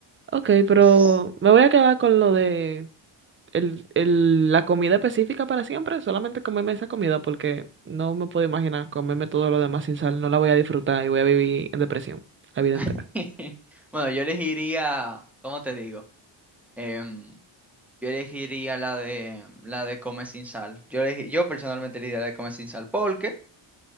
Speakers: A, on the right (about 25°); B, in the centre.
A: Ok, pero
B: S-
A: me voy a quedar con lo de el, el- la comida específica para siempre, solamente comerme esa comida porque no me puedo imaginar comerme todo lo demás sin sal, no la voy a disfrutar y voy a vivir en depresión la vida entera.
B: <laughs> Bueno, yo elegiría, ¿cómo te digo? Em, yo elegiría la de la de comer sin sal. Yo elegi- yo personalmente elegiría la de comer sin sal porque